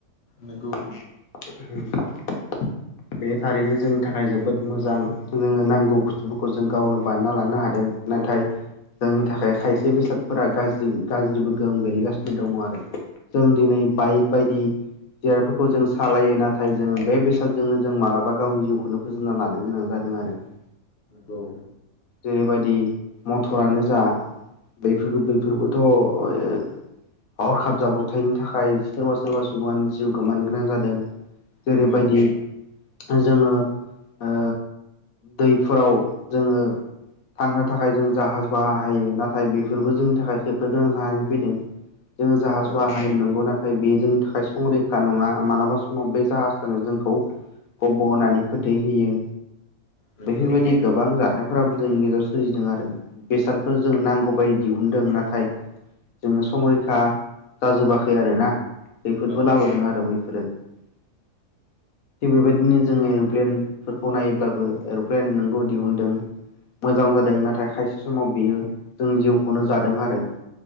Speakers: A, on the left; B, on the left.
A: नोंगौ
B: <unintelligible> बे थारैनो जोंनि थाखाय जोबोद मोजां जोङो नांगौ बुस्थुफोरखौ जों गावनो बानायना लानो हादों नाथाय जोंनि थाखाय खायसे बेसादफोरा गाज्रि गाज्रिबो गोहोम गोलैगासिनो दङ आरो जों दिनै बाइक बायदि जिरादफोरखौ जों सालायो नाथाय जोङो बे बेसादजोंनो जों मालाबा गावनि जिउखौनो फोजोबना लानो गोनां जादों आरो <inaudible>
A: गौ
B: जेरैबायदि मथरानो जा बैफोरबो बैफोरबोथ' <unintelligible> हरखाब जाब्रथायनि थाखाय सोरबा सोरबा सुबुंआ जिउ गोमानो गोनां जादों जेरैबायदि
A: नंगौ
B: जोङो ओ दैफोराव जोङो थांनो थाखाय जोङो जाहाज बाहायो नाथाय बेफोरबो जोंनि थाखाय खैफोद <unintelligible> जानानै फैदों जोङो जाहाज
A: औ
B: बाहायो नंगौ नाथाय बे जोंनि थाखाय संरैखा नङा मालाबा समाव बे जाहाजानो जोंखौ गब होननानै फोथैहोयो
A: नंगौ
B: बेफोरबायदि गोबां जाथायफ्राबो जोंनि गेजेराव सोलिदों आरो बेसादफोर जों नांगौबाय <unintelligible> दिहुनदों नाथाय जोङो संरैखा जाजोबाखै आरो ना खैफोदबो
A: औ
B: लाबोदों आरो बैफोरो थिग बेबायदिनो जोङो एर'प्लेनफोरखौ नायोब्लाबो एर'प्लेन नंगौ दिहुुनदों मोजां जादों नाथाय खायसे समाव बियो जोंनि जिउखौनो जादों आरो